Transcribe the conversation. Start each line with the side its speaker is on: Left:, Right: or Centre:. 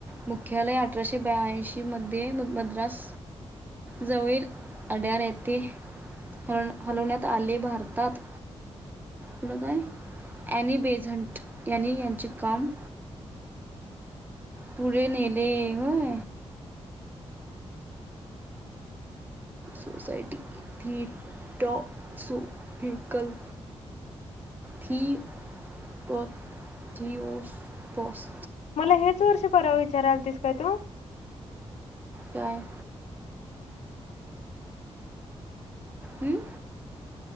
Right: मुख्यालय अठराशे ब्यांऐशी मध्ये मद्रास जवळील अड्यार येथे ह हलवण्यात आले. भारतात पुढं काय? ॲनी बेझंट यांनी यांचे काम पुढे नेले होय. सोसायटी थि टॉप सो थिकल थि तो जिओ तोस
Left: मला हेच वर्ष परावेय विचार आलतिस काय तू.
Right: काय? हं?